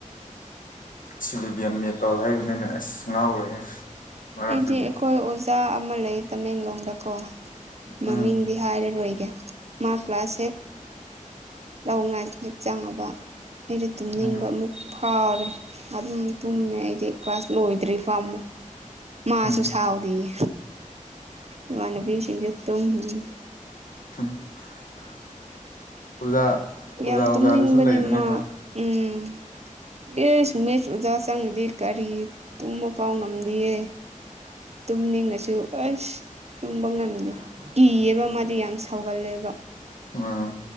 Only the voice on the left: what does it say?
ꯁꯤꯂꯤꯚ꯭ꯌꯟ ꯃꯦꯇꯜ ꯍꯥꯏꯕꯅꯤꯅ ꯑꯁ ꯉꯥꯎꯔꯦꯍꯦ ꯃꯔꯛꯇꯗꯤ
ꯎꯝ
ꯎꯝ
ꯎꯝ
<unintelligible> ꯑꯣꯖꯥ ꯑꯣꯖꯥ
ꯑꯣꯖꯥꯗꯁꯨ
ꯂꯩꯕꯅꯦ
ꯍꯣꯏ
ꯑꯥ